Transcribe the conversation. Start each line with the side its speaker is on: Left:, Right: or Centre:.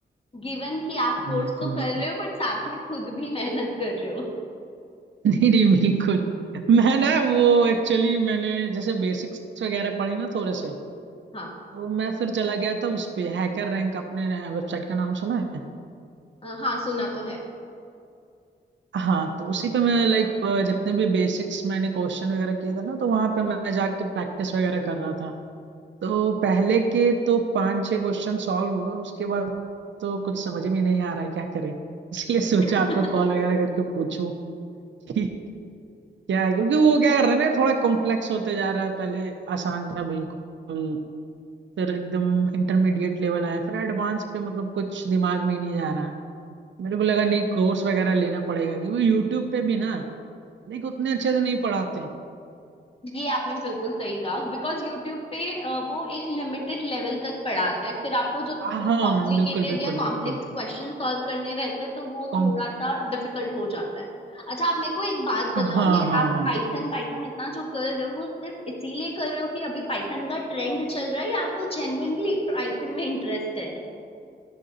Left: गिवन कि आप कोर्स
Right: बिल्कुल
Left: तो
Right: बिल्कुल
Left: कर रहे हो बट साथ में खुद भी मेहनत कर रहे हो
Right: <laughs> नहीं नहीं बिल्कुल मैं ना वो एक्चुअली मैंने जैसे बेसिक्स वगैरह पढ़े ना थोड़े से
Left: हाँ
Right: तो मैं फिर चला गया था उस पे हैकर रैंक आपने वेबसाइट का नाम सुना है
Left: अ, हाँ सुना तो है
Right: हाँ तो उसी पे मैं लाइक जितने भी बेसिक्स मैंने क्वेश्चन वगैरह किए थे ना तो वहां पे मैं जाके प्रैक्टिस वगैरह कर रहा था तो पहले के तो पांच छह क्वेश्चन सॉल्व हुए उसके बाद तो कुछ समझ में नहीं आ रहा है क्या करें इसलिए सोचा
Left: <laughs>
Right: आपको कॉल वगैरह करके पूछूं कि क्या है क्योंकि वो क्या कर रहा है ना थोड़ा कॉम्प्लेक्स होते जा रहा है पहले आसान था बिल्कुल फिर एकदम इंटरमीडिएट लेवल आया फिर एडवांस पे मतलब कुछ दिमाग में ही नहीं जा रहा है मेरे को लगा नहीं कोर्स वगैरह लेना पड़ेगा क्योंकि यूट्यूब पे भी ना देख उतने अच्छे से नहीं पढ़ाते हैं
Left: ये आपने बिल्कुल सही कहा बिकॉज यूट्यूब पे अ, वो एक लिमिटेड लेवल तक पढ़ाते हैं फिर आपको जब
Right: हाँ
Left: वो कॉम्प्लिकेटेड
Right: बिल्कुल बिल्कुल
Left: या
Right: बिल्कुल
Left: कॉम्प्लेक्स क्वेश्चन सॉल्व करने रहते हैं तो वो
Right: कॉम
Left: थोड़ा सा डिफिकल्ट हो जाता है अच्छा आप मेरे को एक बात
Right: हाँ
Left: बताओ ये
Right: हाँ
Left: आप
Right: हाँ
Left: पाइथन पाइथन इतना जो कर रहे हो वो सिर्फ इसीलिए कर रहे हो कि अभी पाइथन का ट्रेंड चल रहा है या आपको जेन्युइनली पाइथन में इंटरेस्ट है